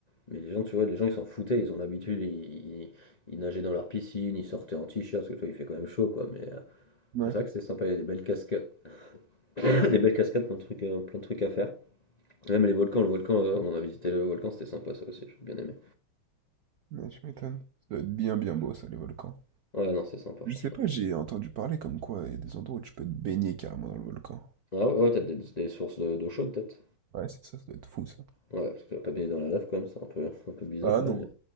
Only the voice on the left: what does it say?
Mais les gens, tu vois, les gens, ils s'en foutaient, ils ont l'habitude, ils, ils- ils nageaient dans leur piscine, ils sortaient en t-shirt, parce que toi, il fait quand même chaud, quoi. Mais, euh,
mais c'est vrai que c'est sympa, il y a des belles cascades, <coughs> des belles cascades, plein de trucs, euh, plein de trucs à faire. Même les volcans, le volcan, euh, on a visité le volcan, c'était sympa ça aussi, j'ai bien aimé.
Ouais, non, c'est sympa, franchement.
Ah ouais, ouais, peut-être des, des sources de- d'eau chaude, peut-être.
Ouais, parce que tu vas pas baigner dans la lave quand même, c'est un peu, <laughs> un peu bizarre
quand
même.